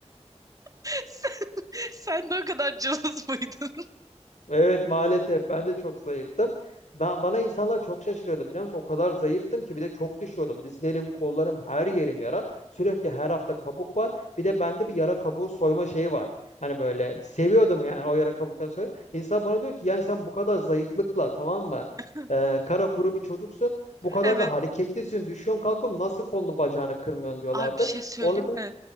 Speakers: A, on the right; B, on the left.
A: Sen, sen de o kadar cılız mıydın?
B: Evet maalesef ben de çok zayıftım. Ben, bana insanlar çok şaşırıyordu biliyor musun? O kadar zayıftım ki bir de çok düşüyordum. Dizlerim, kollarım, her yerim yara. Sürekli her hafta kabuk var. Bir de bende bir yara kabuğu soyma şeyi var. Hani böyle seviyordum yani o yara kabuklarını soy. İnsan bana diyor ki yani sen bu kadar zayıflıkla tamam mı?
A: <laughs>
B: Ee, kara kuru bir çocuksun. Bu kadar
A: Evet.
B: da hareketlisin. Düşüyorsun kalkıyorsun. Nasıl kolunu bacağını kırmıyorsun diyorlardı.
A: Ay bir şey söyleyeyim
B: Onu da
A: mi?